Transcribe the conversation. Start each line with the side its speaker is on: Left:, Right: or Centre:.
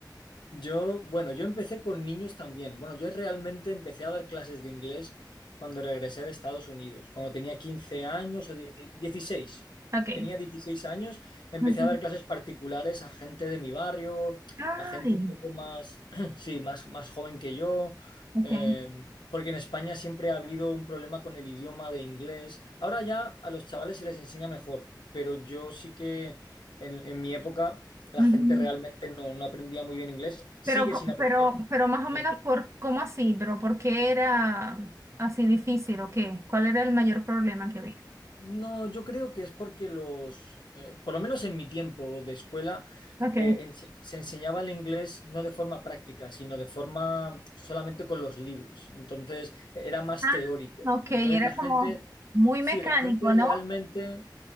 Left: Yo, bueno, yo empecé con niños también. Bueno, yo realmente empecé a dar clases de inglés cuando regresé de Estados Unidos, cuando tenía 15 años o 10 16.
Right: Okay.
Left: Tenía 16 años, empecé
Right: Ujú.
Left: a dar clases particulares a gente de mi barrio,
Right: Ay,
Left: a gente un poco más, <clears throat> sí, más, más joven que yo,
Right: okay.
Left: eh, porque en España siempre ha habido un problema con el idioma de inglés. Ahora ya a los chavales se les enseña mejor, pero yo sí que en en mi época la
Right: Ujú.
Left: gente realmente no, no aprendía muy bien inglés, sigue
Right: Pero, co-
Left: sin aprender.
Right: pero, pero más o menos
Left: Sí.
Right: por, ¿cómo así? ¿Pero por qué era así difícil o qué? ¿Cuál era el mayor problema que había?
Left: No, yo creo que es porque los, eh, por lo menos en mi tiempo de escuela,
Right: Okay.
Left: eh, ense- se enseñaba el inglés no de forma práctica, sino de forma solamente con los libros. Entonces era más
Right: Ah,
Left: teórico.
Right: ok,
Left: Entonces
Right: era
Left: la gente,
Right: como muy
Left: sí,
Right: mecánico,
Left: la gente realmente,
Right: ¿no?